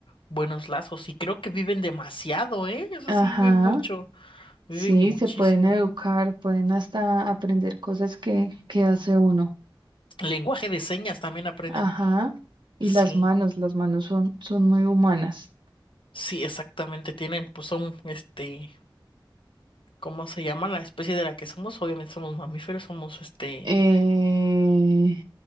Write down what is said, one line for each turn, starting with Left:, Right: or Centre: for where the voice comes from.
Left: buenos lazos. Y creo que viven demasiado, ¿eh? Eso
Right: Ajá.
Left: sí, viven mucho,
Right: Sí,
Left: viven muchísimo.
Right: se pueden educar, pueden hasta aprender cosas que, que hace uno.
Left: Lenguaje de señas también aprenden.
Right: Ajá. Y
Left: Sí,
Right: las manos, las manos son, son muy humanas.
Left: sí, exactamente. Tienen, pues son, este, ¿cómo se llama? La especie de la que somos, obviamente somos mamíferos, somos, este
Right: Eh,